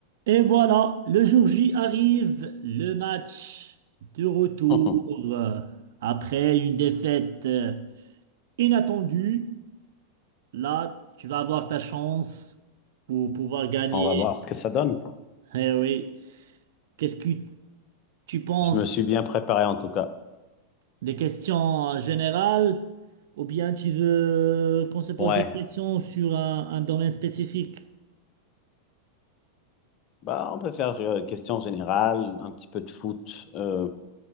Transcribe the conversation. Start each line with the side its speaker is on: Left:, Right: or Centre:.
Right: Et voilà, le jour J arrive, le match de retour
Left: <laughs>
Right: euh, après une défaite euh, inattendue. Là, tu vas avoir ta chance pour pouvoir gagner.
Left: On va voir ce que ça donne.
Right: Eh oui. Qu'est-ce que tu penses
Left: Je me suis bien préparé en tout cas.
Right: des questions euh, générales ou bien tu veux qu'on se pose
Left: Ouais,
Right: des questions sur un, un domaine spécifique?
Left: bah on peut faire euh, question générale, un petit peu de foot, euh,